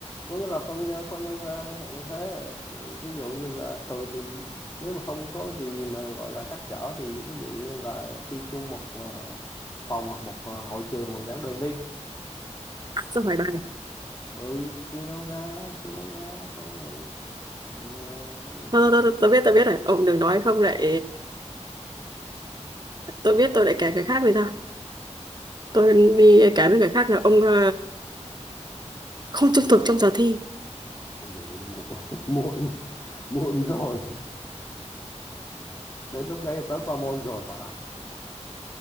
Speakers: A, on the left; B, on the right.
A: có nghĩa là phân nhân phân nhau ra chẳng hạn như thế Ừ, ví dụ như là thường thì nếu mà không có gì mà gọi là trắc trở thì ví dụ như là thi chung một ờ, phòng hoặc một ờ, hội trường hoặc giảng đường đi
B: xong hỏi bài
A: ừ thì chia nhau ra chia nhau ra xong rồi đấy, uh...
B: tôi, tôi, tôi, tôi biết tôi biết rồi ông đừng nói không lại tôi biết tôi lại kể cái khác người ta tôi đi cái với người khác là ông ờ, không trung thực trong giờ thi
A: ôi rồi muộn <laughs> muộn muộn rồi đến lúc đấy là tớ qua môn rồi bạn ạ